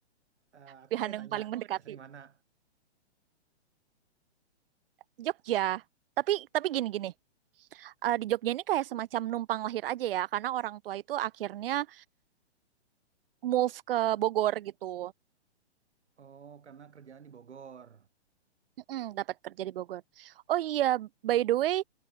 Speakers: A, on the right; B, on the right.
A: Eh, aku
B: pilihan
A: mau
B: yang
A: tanya
B: paling mendekati.
A: asli mana?
B: Jogja. Tapi tapi gini-gini. eh, di Jogja ini kayak semacam numpang lahir aja ya, karena orang tua itu akhirnya move ke Bogor gitu.
A: Oh, karena kerjaan di Bogor.
B: Mm-mm, dapat kerja di Bogor. Oh iya, by the way,